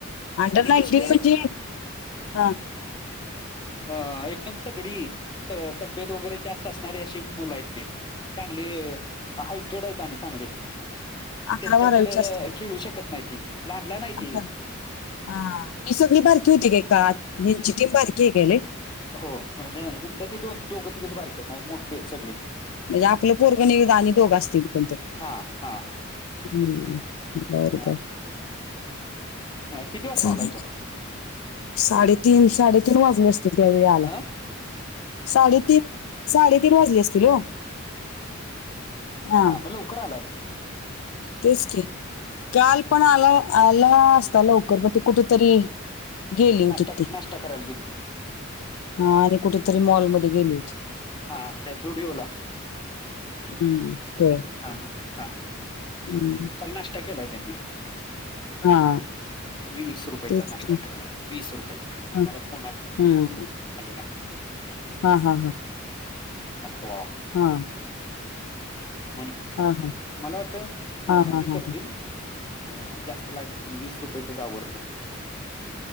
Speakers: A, on the left; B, on the left.
A: अंडर
B: आणि
A: नाईन्टीन
B: कसली आहेत
A: म्हणजे हा
B: अ एकदम तगडी तब्येत वगैरे जास्त असणारे अशी मुलं आहेत ते चांगली हायटेड आहेत आणि चांगली मग
A: अकरा
B: त्यांच्या
A: बारावीची
B: पुढं
A: असतील
B: खेळू शकत नाहीती लहानला नाहीती
A: अकरा. हा ही सगळी बारकीी होती काे का हिंचिटीम बारकी गेले
B: हो हच्या दोन दोघं तिघच बारकीेत नाही मोठे आहेत सगळे
A: म्हणजे आपलं पोरग निदा आणि दोघं असतील कोणत
B: हा हा
A: हम्म बर
B: हा
A: बर
B: किती वाजता
A: चालेल
B: आलाय तो
A: साडेतीन साडेतीन वाजले असतील त्यावेळी आला
B: हा
A: साडेतीन साडेतीन वाजले असतील हो ह
B: मला उकर आलाय
A: तेच क काल पण आला आला असता लवकर प ते कुठेतरी गेली होती
B: नष्ट
A: ती
B: नष्ट कररालगेत
A: हा आणि कुठेतरी मॉलमध्ये गेली होती
B: हा त्या जुडिओला
A: हम्म होय
B: हा हा
A: हम्म
B: काल नाश्ता केलाय त्यांनी
A: हा
B: वीस रुपयाचा
A: तेच
B: नाश्ता
A: की.
B: करणार वीस रुपयाचा
A: हा
B: मला फोनलेला
A: हम्म. हा हा हां
B: मक्टवा
A: हम
B: मनीष
A: हा
B: मला वाटलं
A: हा हा
B: हे
A: हा
B: करतील अ जास्त लागल पण वीस रुपयेतच आवरलं